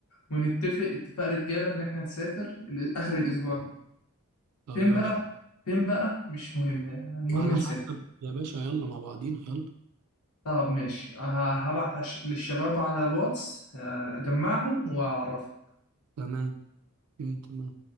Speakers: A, on the left; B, on the right.
A: ونتفق اتفاق رجاله ان احنا نسافر ال- اخر الاسبوع ده
B: طب
A: فين
B: يلا
A: بقى فين بقى مش مهم المهم
B: على
A: نسافر
B: حسب يا باشا يلا مع بعضينا يلا
A: طب ماشي ه- هبعت عش- للشباب على الواتس هجمعهم واعرفهم
B: تمام مم، تمام